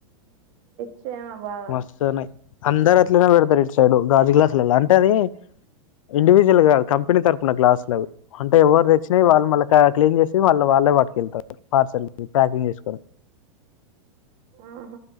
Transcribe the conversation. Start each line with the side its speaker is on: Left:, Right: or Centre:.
Right: చేమ బాగా
Left: మస్తున్నాయి అందరు అందరూ పెడుతారు ఇటు సైడ్ గాజు గ్లాస్ అంటే అది ఇండివిజువల్ కా కంపెనీ తరఫున గ్లాసులు అవి అంటే ఎవరు తెచ్చినవి
Right: అదే
Left: వాళ్ళు మల్ల క్లీన్ చేసి వాళ్లు వాళ్లే పట్టుకెళ్తారు పార్సల్ ప్యాకింగ్ చేసుకోని
Right: ఆహ